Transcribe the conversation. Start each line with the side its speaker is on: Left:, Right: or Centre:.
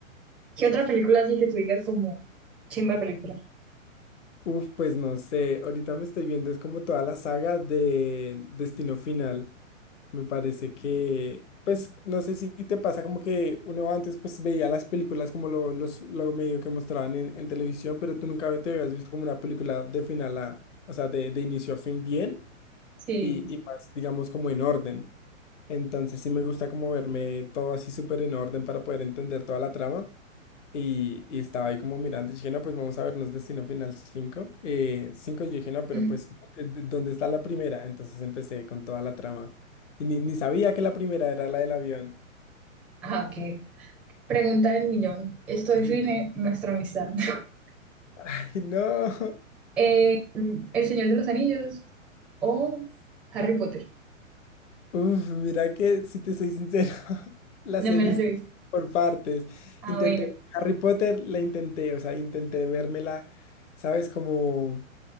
Centre: ¿Qué otra película así que tú digas como chimba de película?
Left: Uf, pues no sé, ahorita me estoy viendo, es como toda la saga de Destino Final. Me parece que, pues no sé si te pasa como que uno antes pues veía las películas como lo, los, lo medio que mostraban en, en televisión, pero tú nunca te habías visto como una película de final a, o sea, de, de inicio a fin bien
Centre: Sí.
Left: y,
Centre: <clears throat>
Left: y más, digamos, como en orden. Entonces sí me gusta como verme todo así súper en orden para poder entender toda la trama. Y, y estaba ahí como mirando y dije, no, pues vamos a vernos Destino Final 5 Eh, 5 y yo dije, no, pero
Centre: Mm.
Left: pues, eh, d- ¿dónde está la primera? Entonces empecé con toda la trama. Y ni, ni sabía que la primera era la del avión.
Centre: Ah, ok. Pregunta del millón. Esto define
Left: Dije,
Centre: nuestra amistad. <laughs>
Left: <laughs> Ay, no.
Centre: Eh, ¿El Señor de los Anillos o Harry Potter?
Left: Uf, mira que, si te soy sincero, <laughs> las
Centre: No
Left: he
Centre: me
Left: visto
Centre: las he visto.
Left: por partes.
Centre: Ah,
Left: Intenté,
Centre: bueno.
Left: Harry Potter la intenté, o sea, intenté vérmela, ¿sabes? Como...